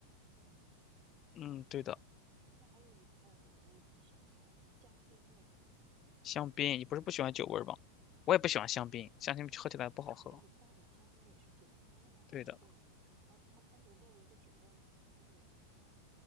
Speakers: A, on the right; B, on the left.
A: 听上去，
B: 嗯，对的，
A: 它还有一个味儿，我觉得也挺神奇的，香槟味。
B: 香槟，你不是不喜欢酒味儿吗？我也不喜欢香槟，香槟喝起来不好喝。
A: 哦，也有道理啊，香槟也是酒啊，那它单独列成一个，
B: 对的，
A: 哦，它单独列了一个酒味儿跟香槟味儿，想起来了。